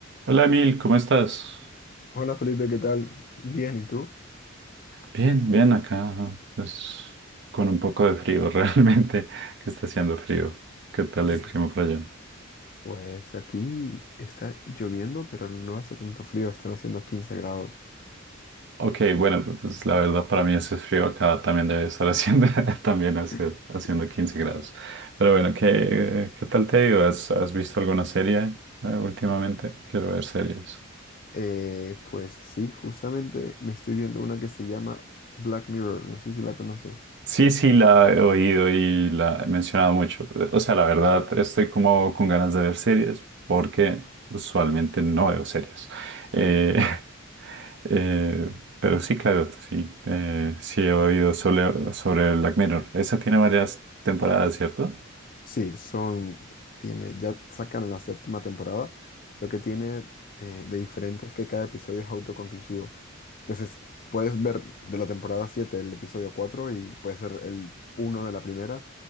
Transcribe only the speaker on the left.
Hola Felipe, ¿qué tal? Bien, ¿y tú?
Sí.
Pues aquí está lloviendo, pero no hace tanto frío, están haciendo 15 grados.
<laughs>
Eh, pues sí, justamente me estoy viendo una que se llama Black Mirror, no sé si la conoces.
Sí, son, tiene, ya sacaron la séptima temporada. Lo que tiene eh, de diferente es que cada episodio es autoconclusivo. Entonces, puedes ver de la temporada 7 el episodio 4 y puede ser el uno de la primera